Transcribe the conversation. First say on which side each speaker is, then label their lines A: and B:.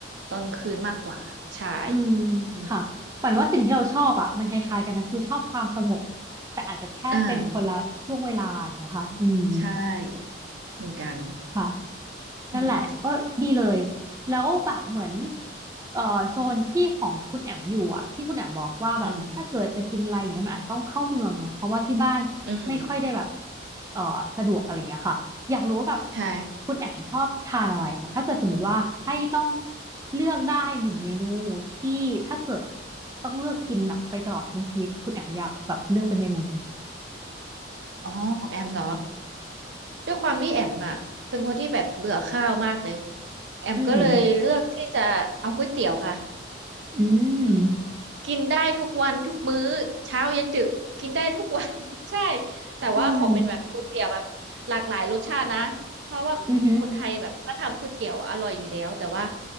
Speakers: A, on the right; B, on the right.
A: ตอนคืนมากกว่าใช่
B: อืม
A: อืม
B: ค่ะปันว่าสิ่งที่เราชอบอ่ะมันคล้ายๆกันนะคือชอบความสงบแต่อาจจะแค่เป็นคนละช่วงเวลาอย่างเงี้ยค่ะอืม
A: อ่า ใช่เหมือนกัน
B: ค่ะ นั่นแหละก็ดีเลย
A: อืม
B: แล้วแบบเหมือนเอ่อโซนที่ของคุณแอมอยู่อ่ะที่คุณแอมบอกว่าแบบถ้าเกิดจะกินอะไรอย่างเงี้ยมันอาจต้องเข้าเมืองเนาะเพราะว่าที่บ้านไม่ค่อยได้แบบ
A: อืมอืม
B: เอ่อสะดวกอะไรเงี้ยค่ะอยากรู้ว่าแบบ
A: ใช่
B: คุณแอมชอบทานอะไรคะถ้าเกิดสมมติว่าให้ต้องเลือกได้หนึ่งเมนูที่ถ้าเกิดต้องเลือกกินแบบไปตลอดทั้งชีวิตคุณแอมอยากแบบเลือกเป็นเมนูไหน
A: อ๋อ ของแอมเหรอ ด้วยความที่แอมอ่ะเป็นคนที่แบบเบื่อข้าวมากเลยแอมก็เลยเลือกที่จะเอาก๋วยเตี๋ยวค่ะ
B: อืมอืม
A: อืมกินได้ทุกวันทุกมื้อเช้าเย็นดึกกินได้ทุกวัน <laughs> ใช่แต่ว่าขอเป็นแบบก๋วยเตี๋ยวแบบหลากหลายรสชาตินะเพราะว่าคนไทยแบบก็ทำก๋วยเตี๋ยวอร่อยอยู่แล้วแต่ว่า
B: อืมอืมอหือ